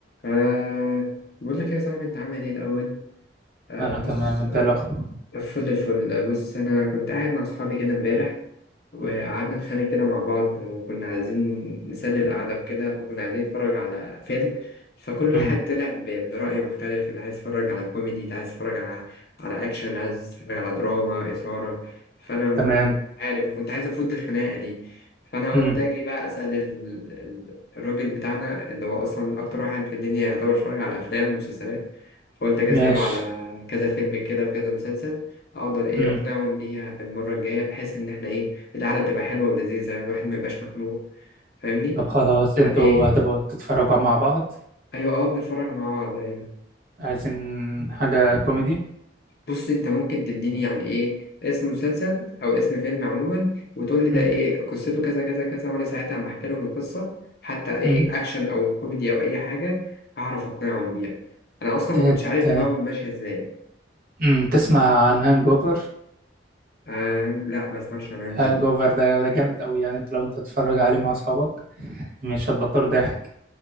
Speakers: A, on the left; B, on the right.
A: أه بقول لك يا صاحبي انت عامل ايه الاول أه
B: انا
A: بص
B: تمام انت إيه الاخبار
A: آه، فل الفل آه، بص انا كنت قاعد مع اصحابي كده امبارح وقعدنا
B: مم.
A: نتخانق كده مع بعض وكنا عايزين نسلي القعدة وكده فكنا عايزين نتفرج على فيلم فكل واحد
B: امم
A: طلع ب- برأي مختلف اللي عايز يتفرج على كوميدي اللي عايز يتفرج على على أكشن عايز يتفرج على دراما إثارة فأنا ما
B: تمام
A: كنت عارف وكنت عايز أفوت الخناقة دي فأنا
B: امم
A: قلت أجي بقى أسأل ال- ال- الراجل بتاعنا اللي هو أصلا أكتر واحد في الدنيا يعتبر اتفرج على أفلام ومسلسلات فقلت أجي
B: ماشي
A: أسأله على كذا فيلم كده وكذا مسلسل أقدر إيه
B: امم
A: أقنعهم بيها في المرة الجاية بحيث إن إحنا إيه القعدة بتبقى حلوة ولذيذة الواحد ما يبقاش مخنوق فاهمني
B: طب خلاص انتوا
A: فايه
B: هتبقوا تتفرجوا مع بعض
A: ايوه اه بنتفرج مع بعض ايوه
B: عايزين حاجة كوميدي
A: بص انت ممكن تديني يعني ايه اسم مسلسل او اسم فيلم عموما وتقول لي ده
B: امم
A: ايه قصته كذا كذا كذا وانا ساعتها لما احكي لهم القصة حتى ايه
B: امم
A: اكشن او كوميدي او اي حاجة هعرف اقنعهم بيها انا اصلا
B: تت
A: ما كنتش عارف دماغهم ماشية ازاي
B: امم تسمع عن هانج اوفر
A: آه لا ما اسمعش عن هانج
B: هانج
A: اوفر
B: اوفر ده ده جامد قوي يعني انت لو انت تتفرج عليه مع اصحابك مش هتبطلوا ضحك